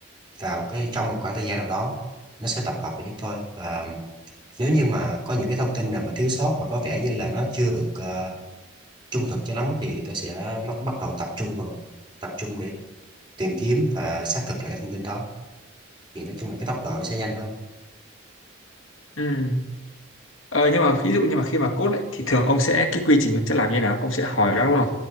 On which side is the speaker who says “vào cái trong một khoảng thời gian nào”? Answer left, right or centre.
Right